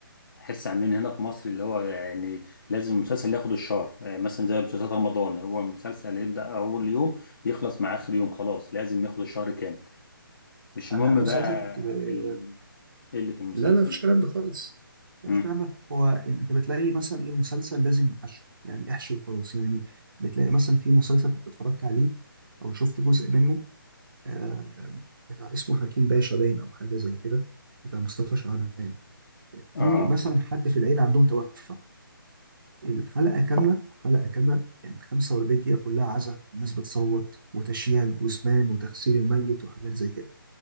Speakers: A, on the left; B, on the right.
A: تحس عندنا هنا في مصر اللي هو يعني لازم المسلسل ياخد الشهر آه، مثلا زي مسلسلات رمضان هو مسلسل يبدأ أول يوم يخلص مع آخر يوم خلاص لازم ياخد الشهر كامل مش
B: انا
A: مهم
B: أنا مسلسل
A: بقى
B: كنت ب-
A: ال... إيه اللي في المسلسل
B: لا لا مفيش كلام ده خالص مفيش
A: مم.
B: كلام ده هو انت بتلاقي مثلا ايه المسلسل لازم يحشو يعني احشي وخلاص يعني بتلاقي مثلا في مسلسل كنت اتفرجت عليه او شفت جزء منه آه بتاع اسمه حكيم باشا باين او حاجه زي كده بتاع مصطفى شعبان في
A: اه
B: مثلا حد في العيله عندهم توفى الحلقه كامله حلقه كامله يعني 45 دقيقه كلها عزا والناس بتصوت وتشييع الجثمان وتغسيل الميت وحاجات زي كده